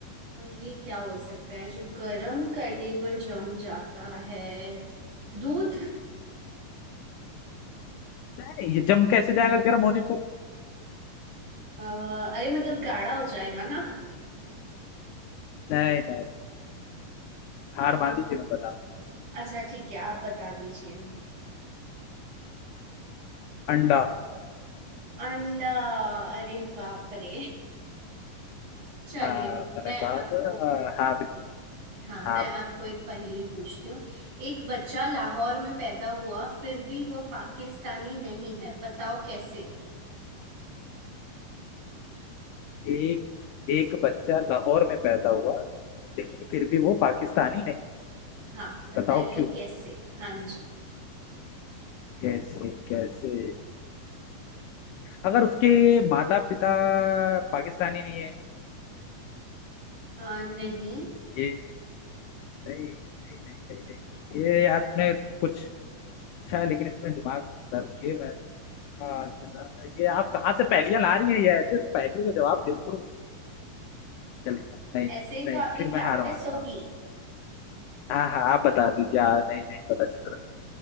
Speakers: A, on the right; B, on the left.
A: ये क्या हो सकता है जो गर्म करने पर जम जाता है दूध
B: नहीं ये जम कैसे जाएगा गर्म होने पर
A: अ, अरे मतलब गाढ़ा हो जाएगा ना
B: नहीं नहीं हार
A: अ,
B: मान लीजिए मैं बता रहा
A: अच्छा ठीक है आप बता दीजिए
B: हूँ। अंडा
A: अंडा अरे बाप रे चलिए
B: हाँ मैंने
A: मैं
B: कहा
A: आपको
B: तो हाँ हाँ, बिल्कुल
A: हाँ मैं
B: हाँ
A: आपको एक पहेली पूछती हूँ एक बच्चा लाहौर में पैदा हुआ फिर भी वह पाकिस्तानी नहीं है बताओ कैसे
B: एक एक बच्चा लाहौर में पैदा हुआ लेकिन फिर भी वो पाकिस्तानी नहीं
A: हाँ बताइए
B: बताओ क्यों
A: कैसे हाँ जी
B: कैसे कैसे अगर उसके माता पिता पाकिस्तानी नहीं है
A: अ, नहीं
B: ये नहीं नहीं नहीं नहीं, नहीं। ये यार तुमने कुछ अच्छा है लेकिन इसमें दिमाग कर के मैं हाँ, ये आप कहाँ से पहेलियां ला रही हैं ये ऐसे पहेलियों का जवाब बिल्कुल चल रहा। नहीं
A: ऐसे ही
B: नहीं
A: तो आपकी
B: फिर
A: प्रैक्टिस
B: मैं हार मानता
A: होगी
B: हूँ हाँ हाँ आप बता दीजिए हाँ, नहीं नहीं पता चल